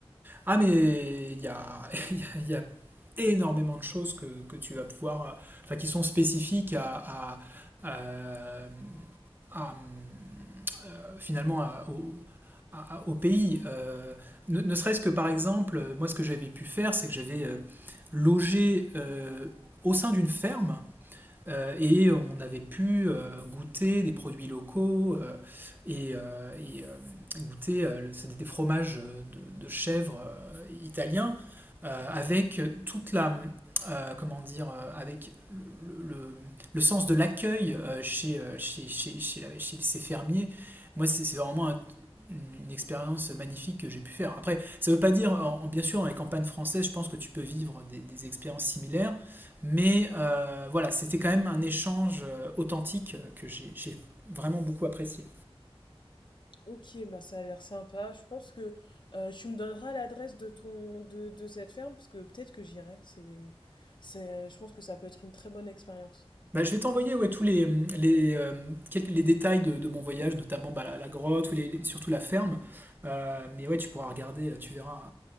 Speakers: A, on the right (about 20°); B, on the left (about 50°).
A: Ah, mais il y a, <laughs> il y a- il y a énormément de choses que, que tu vas pouvoir, euh, enfin, qui sont spécifiques à, à- à- à, euh, finalement à- au, à- au pays. Euh, ne, ne serait-ce que par exemple, euh, moi, ce que j'avais pu faire, c'est que j'avais euh, logé euh, au sein d'une ferme euh, et on avait pu euh, goûter des produits locaux euh, et, euh, et, euh, goûter euh, le- c'était des fromages de, de chèvre euh, italiens euh, avec toute la euh, comment dire euh, avec le, le- le sens de l'accueil euh, chez, euh, chez, chez, chez la- chez ces fermiers. Moi, c'est c'est vraiment un- une expérience magnifique que j'ai pu faire. Après, ça ne veut pas dire, en- bien sûr, dans les campagnes françaises, je pense que tu peux vivre des, des expériences similaires, mais euh, voilà, c'était quand même un échange euh, authentique euh, que j'ai j'ai vraiment beaucoup apprécié.
B: Ok, bah ça a l'air sympa. Je pense que euh, tu me donneras l'adresse de ton de, de cette ferme parce que peut-être que j'irai. C'est c'est je pense que ça peut être une très bonne expérience.
A: Bah, je vais t'envoyer ouais, tous les, les, euh, quelques- les détails de, de mon voyage, notamment bah, la, la grotte, ou les- les- surtout la ferme. Euh, mais ouais, tu pourras regarder, euh, tu verras,